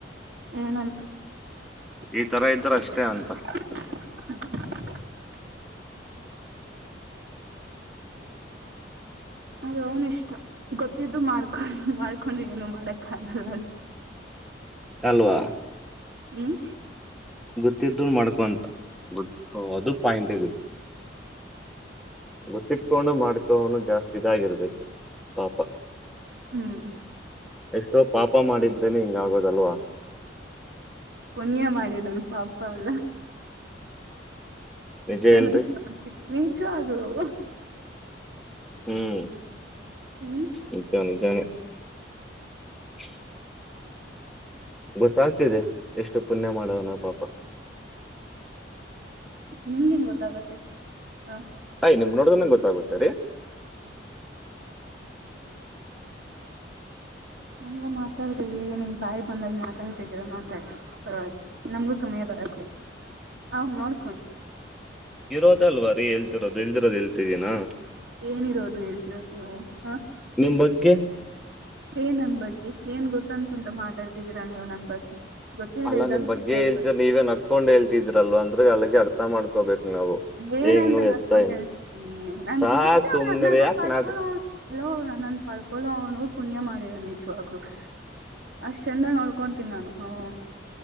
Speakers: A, on the right; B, in the centre.
A: ಏನಂತ <unintelligible>
B: ಈ ತರ ಇದ್ರ ಅಷ್ಟೇ ಅಂತ
A: ಅದ ಅವನ್ ಇಷ್ಟ ಗೊತ್ತಿದ್ದು ಮಾಡ್ಕೊಂಡ ಮಾಡ್ಕೊಂಡ್ರೆ ಏನು ಮಾಡಕ್ ಆಗಲ್ಲ
B: ಅಲ್ವಾ
A: ಹ್ಮ್
B: ಗೊತ್ತ್ದ ಮಾಡ್ಕೊಂತ ಗೊತ್ತ ಅದು ಪಾಯಿಂಟೇ ಗತ್ತ ಗೊತ್ತಿಟ್ಕೊಂಡು ಮಾಡ್ಕೋ ಜಾಸ್ತಿ ಇದಾಗಿರ್ಬೇಕು ಪಾಪ
A: ಹ್ಮ್
B: ಎಷ್ಟೋ ಪಾಪ ಮಾಡಿದ್ರೇನೆ ಹಿಂಗ ಆಗೋದಲ್ವಾ
A: ಪುಣ್ಯ ಮಾಡಿದಾನ ಪಾಪ ಎಲ್ಲ
B: ನಿಜ ಹೇಳ್ರಿ
A: ನ ನೀಚೂ ಆಗದು <inaudible>
B: ಹ್ಮ್
A: ಹ್ಮ್
B: ನಿಜಾ ನಿಜಾನೆ ಹ ಗೊತ್ತಾಗ್ತಿದೆ ಎಷ್ಟು ಪುಣ್ಯ ಮಾಡವ್ನೆ ಪಾಪ
A: ನಿಮ್ ನಿಮ್ ಗೊತ್ತಾಗತೆ ಹಾ
B: ಸಾಯ್ ನಿಮ್ ನೋಡ್ದನಂಗ ಗೊತ್ತಾಗುತ್ತೇರಿ
A: ಹ್ಮ್ ಮಾತಾಡ್ರವಿ ನಿಂಗ್ ಬಾಯಿ ಬಂದಾಗ ಮಾತಾಡ್ತಿದೀರ ಮಾತಾಡ ಪರವಾಗಿ ನಮಗೂ ಸಮಯ ಬರತ್ತೆ ಅವ ನೋಡ್ಕೊಂಡ
B: ಇರೋದ ಅಲ್ವ ರೀತಿರೋದು ಇಲ್ದಿರೋದು ಇಲ್ತಿದೀನಾ
A: ಏನಿರೋದು ಹೇಳ್ತಿರೋದು ಹ ಹ
B: ನಿಮ್ ಬಗ್ಗೆ
A: ಏ ನನ್ ಬಕಿ ಏನ್ ಗೊತ್ತ ತಂತ ಮಾತಾಡ್ತಿದ್ದೀರಾ ನೀವು ನನ್ ಬಗ್ಗೆ ಗೊತ್ತಿಲ್ದೆ
B: ಅಲ್ಲ
A: ಇದ್ದಾಗ
B: ನಿಮ್ ಬಗ್ಗೆ
A: ಸುಮ್ನೆ ಇರ್ಬೇಡಿ
B: ಹೇಳ್ತ ನೀವೇ ನಕೊಂಡ್ ಹೇಳ್ತಿದ್ರಲ್ವಾ ಅಂದ್ರೆ ಅಲ್ಲಿ ಅ ಅರ್ಥ ಮಾಡ್ಕೋಬೇಕು ನಾವು
A: ಏನಂತ
B: ಹೆಂಗ್ ನು
A: ನನ್ಕೊಂಡ್
B: ಎತ್ತ ಹೆಂಗ್
A: ಹೇಳ್ತತೀನಿ ನನ್
B: ಸಾಕ್
A: ಇ
B: ಸುಮ್ನೆರಿ
A: ನನ್ನನ್
B: ಯಾಕ
A: ಪಡ್ಕಳ
B: ನಾಟಕ
A: ಹಲೋ ನನ್ನಂದ ಪಡ್ಕೊಳ್ಳಳ ಅವನು ಪುಣ್ಯ ಮಾಡಿದ ನಿಜವಾಗೂ ಅಷ್ಟ ಚಂದ ನೋಡ್ಕೊತೀನಿ ನಾನು ಹ್ಮ